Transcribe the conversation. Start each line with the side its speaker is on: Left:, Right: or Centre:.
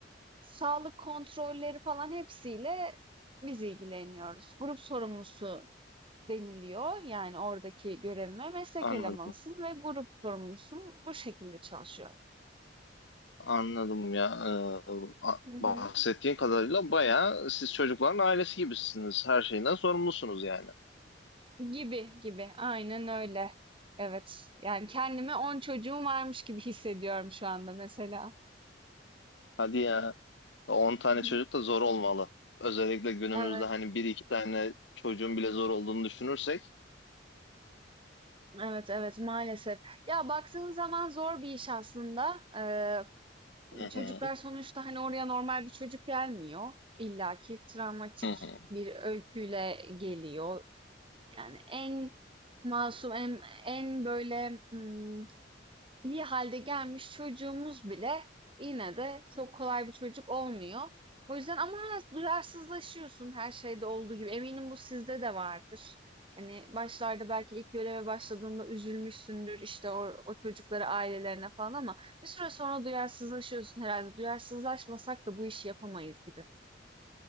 Right: sağlık kontrolleri falan hepsiyle biz ilgileniyoruz. Grup sorumlusu deniliyor. Yani oradaki görevime meslek
Left: Anladım.
Right: elemanısın ve grup sorumlusun. Bu şekilde çalışıyorum.
Left: Anladım ya. Ee, a-
Right: Hı hı.
Left: bahsettiğin kadarıyla bayağı siz çocukların ailesi gibisiniz. Her şeyden sorumlusunuz yani.
Right: Gibi gibi. Aynen öyle. Evet. Yani kendimi 10 çocuğum varmış gibi hissediyorum şu anda mesela.
Left: Hadi ya. on tane
Right: Hı
Left: çocuk
Right: hı.
Left: da zor olmalı. Özellikle günümüzde
Right: Evet,
Left: hani bir iki tane çocuğun bile zor olduğunu düşünürsek.
Right: evet, evet maalesef. Ya baktığın zaman zor bir iş aslında. Ee,
Left: Hı hı,
Right: çocuklar sonuçta hani oraya normal bir çocuk gelmiyor. İlla ki travmatik
Left: hı hı.
Right: bir öyküyle geliyor. Yani en masum, en, en böyle hmm, iyi halde gelmiş çocuğumuz bile yine de çok kolay bir çocuk olmuyor. O yüzden ama duyarsızlaşıyorsun her şeyde olduğu gibi. Eminim bu sizde de vardır. Hani başlarda belki ilk göreve başladığında üzülmüşsündür işte o, o çocukları ailelerine falan ama bir süre sonra duyarsızlaşıyorsun herhalde. Duyarsızlaşmasak da bu işi yapamayız gibi.